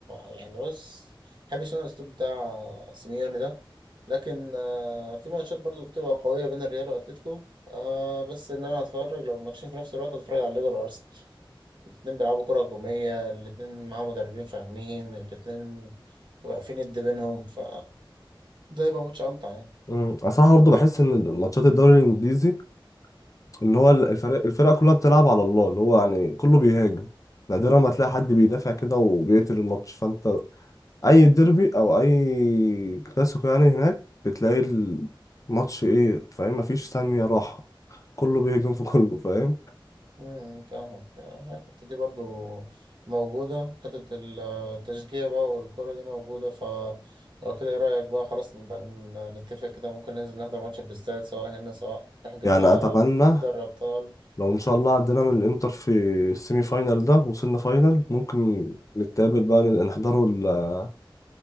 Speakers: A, on the right (about 60°); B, on the left (about 40°).
A: يعني بص ما بحبش أنا الأسلوب بتاع سيميوني ده لكن آه، في ماتشات برضو بتبقى قوية بين الريال وأتلتيكو آه بس إن أنا هتفرج لو ماتشين في نفس الوقت هتفرج على ليفر وأرسنال الاتنين بيلعبوا كرة هجومية الاتنين معاهم مدربين فاهمين الاتنين بيبقى في ند بينهم ف ده يبقى ماتش أمتع يعني
B: امم اصلا برضه بحس ان ماتشات الدوري الانجليزي ان هو الفرق الفرق كلها بتلعب على الله اللي هو يعني كله بيهاجم نادرا
A: مم.
B: ما تلاقي حد بيدافع كده وبيقتل الماتش فانت اي ديربي او اي كلاسيكو يعني هناك بتلاقي الماتش ايه فاهم مفيش ثانية راحة كله بيهاجم في كله فاهم
A: امم فاهمك يعني الحتة دي برضو موجودة حتة التشجيع بقى والكرة دي موجودة ف لو كده ايه رأيك بقى خلاص نبقى ن- نتفق كده ممكن ننزل نحضر ماتش في الاستاد سواء هنا سواء نحجز
B: يعني
A: بقى
B: اتمنى
A: في دوري أبطال
B: لو ان شاء الله عدينا من الانتر في السيمي فاينال ده وصلنا فاينال ممكن نتقابل بقى نحضروا ال-